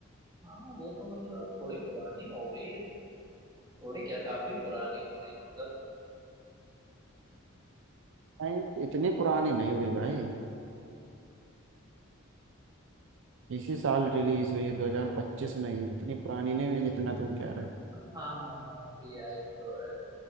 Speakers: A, on the right; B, on the right.
A: हाँ वो तो मतलब थोड़ी पुरानी हो गई है थोड़ी क्या काफी पुरानी हो गई मतलब
B: नहीं इतनी पुरानी नहीं हुई भाई इसी साल रिलीज हुई है 2025 में ही इतनी पुरानी नहीं हुई जितना तुम कह रहे हो
A: हाँ हाँ हाँ अभी आई तो है